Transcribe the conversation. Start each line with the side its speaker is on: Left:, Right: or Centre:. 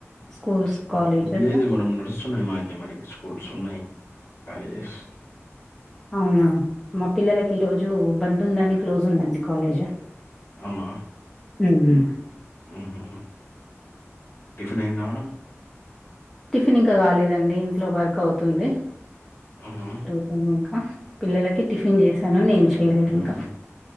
Centre: స్కూల్స్ కాలేజెస్
Left: లేదు మేడం నడుస్ తున్నాయి మాకి మరి స్కూల్స్ ఉన్నాయి కాలేజెస్
Centre: అవునా మా పిల్లలకి ఈ రోజు బంద్ ఉందని క్లోజ్ ఉందండి కాలేజ్
Left: అవునా
Centre: ఉమ్.
Left: ఉహు టిఫిన్ అయిందా మేడం
Centre: టిఫిన్ ఇంక కాలేదండి ఇంట్లో వర్క్ అవుతుంది
Left: అహ
Centre: <unintelligible> ఇంక పిల్లలకి టిఫిన్ చేశాను నేను చేయలేదు ఇంకా